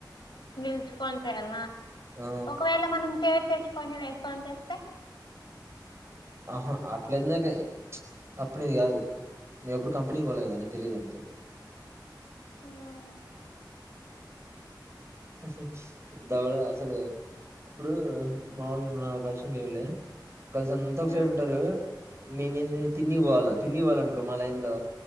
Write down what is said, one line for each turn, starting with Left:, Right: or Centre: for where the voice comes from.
Left: నిలుచుకొని చేయాలనా
Right: ఆ
Left: ఒకవేళ మనం చైర్ తెచ్చు కొని వేసుకొని చేస్తే
Right: ఆహా అట్లాందకే తప్పు నీది కాదు నువ్వు ఎప్పుడు కంపెనీకి పోవాలి కదా నీకు తెలిదు అంతే
Left: ఉమ్
Right: హు పెద్దగా అసలు ఇప్పుడూ మామూలుగా నువ్వు నాకు పరిచయం లేవు లే గర్ల్స్ అంతా ఒకే
Left: ఉమ్
Right: సైడ్ ఉంటారు మేము ఏంది తిన్నీకి పోవాలా తిన్నీకి పోవాలే అనుకో మా లైన్లో